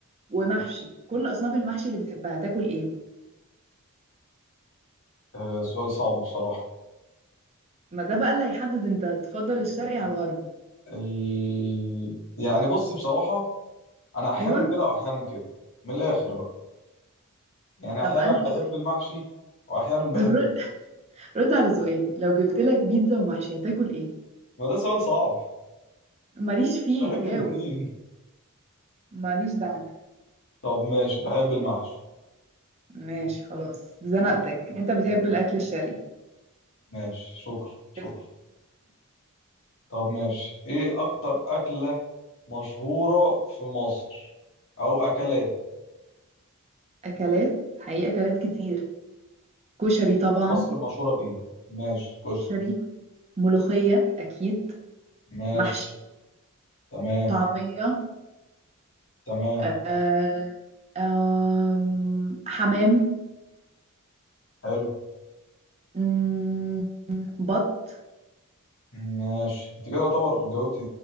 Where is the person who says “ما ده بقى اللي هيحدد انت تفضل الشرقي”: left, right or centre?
Right